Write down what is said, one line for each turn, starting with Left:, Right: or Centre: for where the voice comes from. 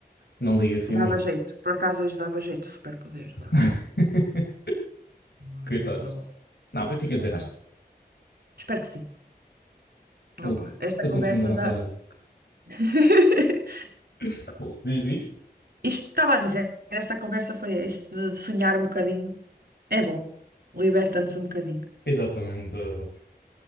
Left: Não liga assim
Right: Dava
Left: muito.
Right: jeito. Por acaso hoje dava jeito, superpoder,
Left: <laughs>
Right: dava. Não,
Left: Coitados.
Right: Rouba-lhes a bola.
Left: Não, Benfica desenrasca-se.
Right: Hum. Espero que sim. Ah,
Left: Ele,
Right: pá. Esta
Left: ele
Right: conversa
Left: não precisa da nossa
Right: dá.
Left: ajuda.
Right: <laughs>
Left: <laughs> Diz, diz.
Right: Isto estava a dizer, esta conversa foi isto de de sonhar um bocadinho. É bom, liberta-nos um bocadinho,
Left: Exatamente, da,